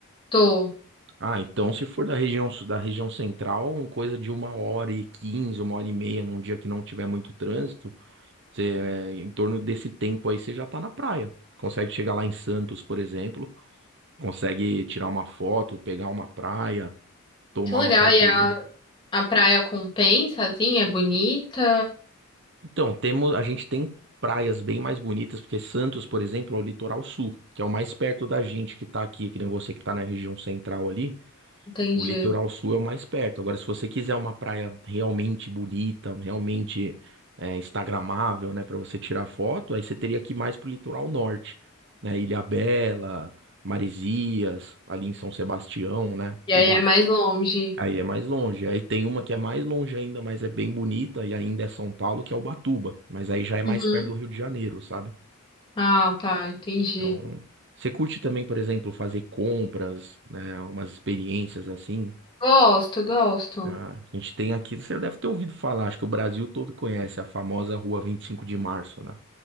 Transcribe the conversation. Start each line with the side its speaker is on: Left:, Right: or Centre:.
Left: Tô.
Right: Ah, então se for da região, su- da região central, uma coisa de uma hora e quinze, uma hora e meia, num dia que não tiver muito trânsito, você, é, em torno desse tempo aí você já tá na praia. Consegue chegar lá em Santos, por exemplo, consegue tirar uma foto, pegar uma praia, tomar
Left: Que legal.
Right: uma caipirinha.
Left: E a, a praia compensa, assim, é bonita?
Right: Então, temos, a gente tem praias bem mais bonitas, porque Santos, por exemplo, é o litoral sul, que é o mais perto da gente que tá aqui, que nem você que tá na região central ali.
Left: Entendi.
Right: O litoral sul é o mais perto. Agora, se você quiser uma praia realmente bonita, realmente é, instagramável, né, para você tirar foto, aí você teria que ir mais pro litoral norte, né? Ilhabela, Maresias, ali em São Sebastião, né?
Left: E
Right: Uba-
Left: aí é mais longe.
Right: Aí é mais longe. Aí tem uma que é mais longe ainda, mas é bem bonita e ainda é São Paulo, que é Ubatuba, mas aí já é mais
Left: Uhum.
Right: perto do Rio de Janeiro, sabe?
Left: Ah, tá, entendi.
Right: Então, você curte também, por exemplo, fazer compras, né, umas experiências assim?
Left: Gosto, gosto.
Right: Ah, a gente tem aqui, você deve ter ouvido falar, acho que o Brasil todo conhece a famosa Rua vinte e cinco de Março, né?